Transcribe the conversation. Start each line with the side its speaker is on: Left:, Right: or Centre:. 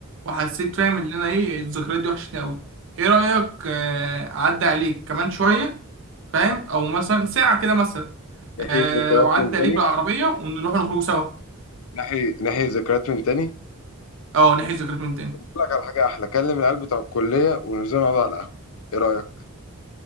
Right: وحسيت فاهم ان انا ايه الذكريات دي وحشتني قوي ايه رايك آه، اعدي عليك كمان شويه فاهم او مثلا ساعه كده مثلا
Left: نحيي
Right: أه
Left: ذكريات
Right: واعدي
Left: من تاني
Right: عليك بالعربيه ونروح نخرج سوا
Left: نحيي نحيي ذكريات من تاني
Right: اه نحيي الذكريات من تاني
Left: أقول لك على حاجة أحلى كلم العيال بتوع الكلية وننزل نقعد على القهوة إيه رأيك؟